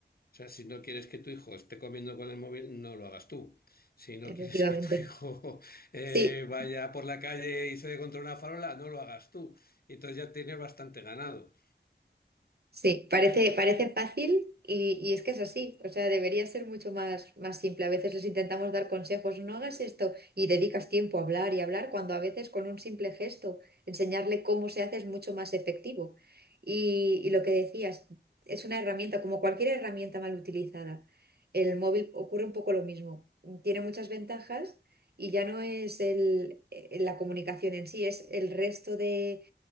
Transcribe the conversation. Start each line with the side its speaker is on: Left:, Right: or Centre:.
Left: sea, si no quieres que tu hijo esté comiendo con el móvil, no lo hagas tú. Si no
Right: efectivamente.
Left: quieres que tu hijo <laughs> eh,
Right: Sí.
Left: vaya por la calle y se dé contra una farola, no lo hagas tú. Entonces ya tienes bastante ganado.
Right: Sí, parece, parece fácil y, y es que es así. O sea, debería ser mucho más, más simple. A veces les intentamos dar consejos, no hagas esto y dedicas tiempo a hablar y hablar cuando a veces con un simple gesto enseñarle cómo se hace es mucho más efectivo. Y, y lo que decías, es una herramienta, como cualquier herramienta mal utilizada. El móvil ocurre un poco lo mismo. Tiene muchas ventajas y ya no es el, eh, la comunicación en sí, es el resto de